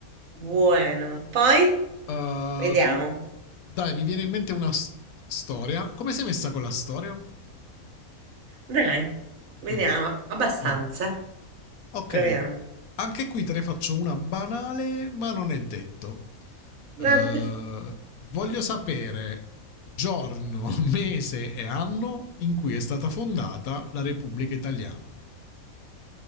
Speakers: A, on the right; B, on the left.
A: Buono. Poi
B: Uh,
A: vediamo.
B: com- Dai, mi viene in mente una s- storia. Come sei messa con la storia?
A: Dai, vediamo
B: Mm,
A: abbastanza.
B: mm. Ok,
A: Proviamo.
B: anche qui te ne faccio una banale, ma non è detto.
A: <laughs>
B: Eh, voglio sapere giorno, <laughs> mese e anno in cui è stata fondata la Repubblica Italiana.